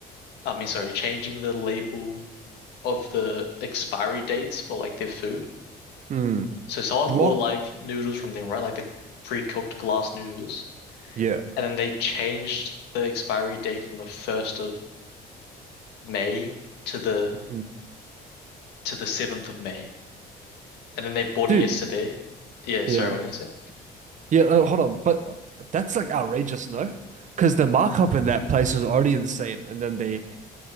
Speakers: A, on the left (about 85°); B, on the right (about 45°).
A: I mean, sorry, changing the label of the expiry dates for like their food.
B: Hmm.
A: So someone
B: What?
A: bought like noodles from them, right? Like the pre-cooked glass noodles.
B: Yeah.
A: and then they changed the expiry date from the 1st of May to the
B: Mhm.
A: to the 7th of May. And then they bought
B: Dude,
A: it yesterday. Yeah,
B: yeah.
A: sorry, what were you gonna say?
B: Yeah, uh, hold on. But uh, that's like outrageous, no? Because the markup in that place was already insane. And then they